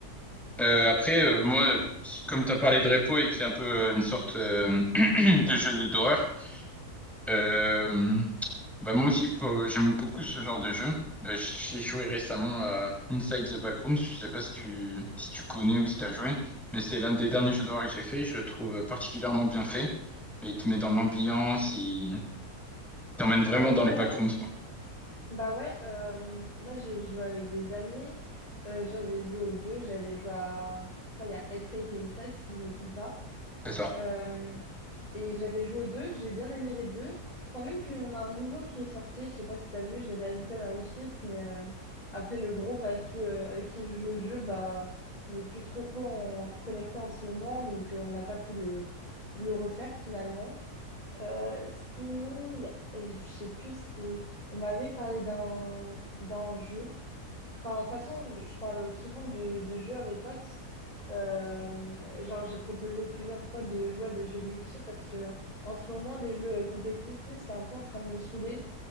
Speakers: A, in the centre; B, on the left.
A: Euh, après, euh, moi, comme tu as parlé de repo et que c'est un peu euh, une sorte euh, <clears throat> de jeu d'horreur, euh, bah moi aussi, pour- j'aime beaucoup ce genre de jeu. Euh, j'ai joué récemment à Inside the Backrooms, je sais pas si tu, si tu connais ou si tu as joué, mais c'est l'un des derniers jeux d'horreur que j'ai fait, je le trouve particulièrement bien fait. Il te met dans l'ambiance, il t'emmène vraiment
B: Euh,
A: dans
B: ouais,
A: les backrooms,
B: ouais.
A: quoi.
B: Bah ouais, euh, moi j'ai joué avec des amis, Euh, j'avais joué aux deux, j'avais joué à... Enfin, il y a Escape et Inside si je me trompe pas.
A: C'est ça.
B: Euh, et j'avais joué aux deux, j'ai bien aimé les deux. Je crois même qu'il y en a un nouveau qui est sorti, je sais pas si t'as vu, je l'avais ajouté à ma wishlist, mais euh, après le groupe avec qui, euh, avec qui je joue au jeu, bah, n'est plus trop co- en- connecté en ce moment, donc euh, on n'a pas pu le, le refaire finalement. Euh, sinon, il y a- je sais plus si on m'avait parlé d'un d'un jeu. Enfin, de toute façon, je, je parle souvent de, de jeux à mes potes. Euh, genre, j'ai proposé plusieurs fois de jouer à des jeux multi parce que en ce moment, les jeux euh, compétitifs, c'est un peu en train de me saouler